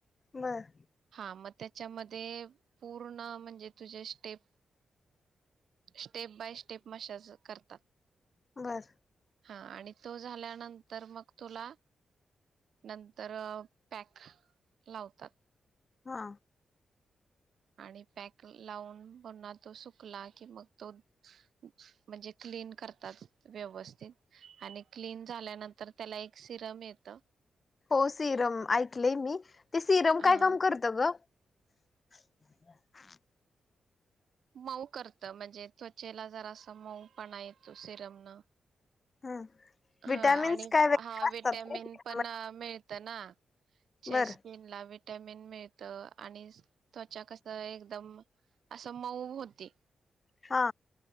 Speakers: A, on the left; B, on the right.
A: बर
B: हा मग त्याच्यामध्ये पूर्ण म्हणजे तुझे step, step by step massage करतात
A: बर
B: हा आणि तो झाल्यानंतर, मग तुला नंतर पॅक लावतात
A: हा!
B: आणि पॅक लावून पुन्हा तो सुकला कि मग तो म्हणजे क्लीन करतात, व्यवस्थित आणि क्लीन झाल्यानंतर त्याला एक सिरम येत
A: हो सीरम आईकलय मी ते सिरम
B: हा
A: काय काम करतं ग <inaudible>
B: मऊ करत म्हणजे, त्वचेला जर असं मऊपणा येतो सिरम न
A: हम्म
B: हा
A: विटॅमिन्स
B: आणि
A: काय वगैरे
B: हा
A: असतात
B: विटॅमिन
A: काय
B: पण
A: मध्ये?
B: मिळ त्यांना च्या
A: बर
B: स्किनला विट्यामिन मिळ त आणिस त्वचा कस एकदम असं मऊ होते
A: हा!